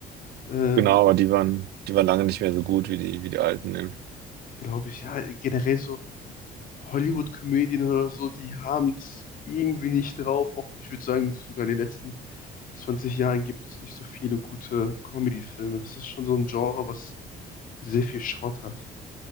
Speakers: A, on the left (about 55°); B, on the right (about 70°).
A: Ähm,
B: Genau, aber die waren, die waren lange nicht mehr so gut wie die, wie die alten, ne?
A: glaube ich, ja, generell so Hollywood-Komödien oder so, die haben es irgendwie nicht drauf. Auch, ich würde sagen, sogar in den letzten 20 Jahren gibt es nicht so viele gute Comedy-Filme. Das ist schon so ein Genre, was sehr viel Schrott hat.